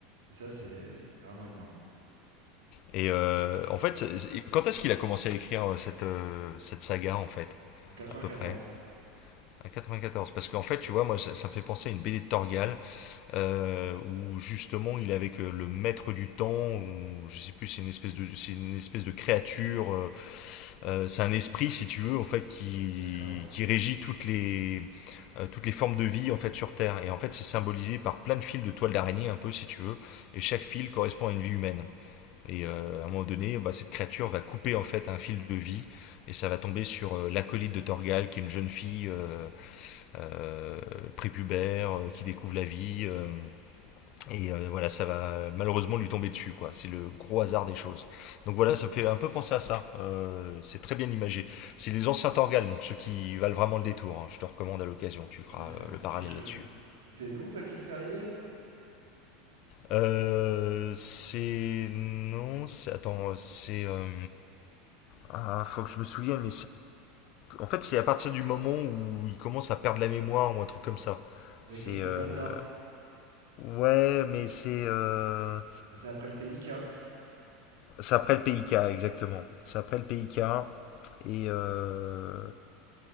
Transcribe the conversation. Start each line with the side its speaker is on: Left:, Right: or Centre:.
Right: Et ça, c'est c'est vraiment énorme.
Left: Et euh, en fait, c'est- quand est-ce qu'il a commencé à écrire euh, cette, euh, cette saga, en fait
Right: En 94,
Left: À peu près à quatre-vingt-quatorze. parce qu'en fait, tu vois, moi, ça, ça me fait penser à une BD de Torgal, euh, où justement, il est avec euh, le maître du temps, ou je sais plus, c'est une espèce de, c'est une espèce de créature euh, Euh, c'est un esprit, si tu veux, en fait, qui,
Right: d'accord.
Left: qui régit toutes les, euh, toutes les formes de vie en fait sur Terre. Et en fait, c'est symbolisé par plein de fils de toile d'araignée, un peu, si tu veux. Et chaque fil correspond à une vie humaine. Et euh, à un moment donné, bah, cette créature va couper en fait un fil de vie et ça va tomber sur euh, l'acolyte de Torgal, qui est une jeune fille euh, euh, prépubère euh, qui découvre la vie, euh, et euh, voilà, ça va malheureusement lui tomber dessus, quoi. C'est le gros hasard des choses. Donc voilà, ça me fait un peu penser à ça. Euh, c'est très bien imagé. C'est les anciens Torgal, donc ceux qui valent vraiment le détour. hein. Je te recommande à l'occasion, tu feras
Right: Ah, mais ça
Left: euh,
Right: me
Left: le
Right: dit
Left: parallèle
Right: quelque chose.
Left: là-dessus.
Right: C'était Louvre à qui c'est arrivé?
Left: Euh, c'est. Non, c'est. Attends, c'est. euh, Ah, faut que je me souvienne. En fait, c'est à partir du moment où il commence à perdre la mémoire ou un truc comme ça.
Right: Avec
Left: C'est.
Right: Chris de
Left: euh,
Right: Valnor.
Left: Ouais, mais c'est. euh,
Right: Bah, c'est après le PIK.
Left: C'est après le PIK, exactement. C'est après le PIK. Et euh,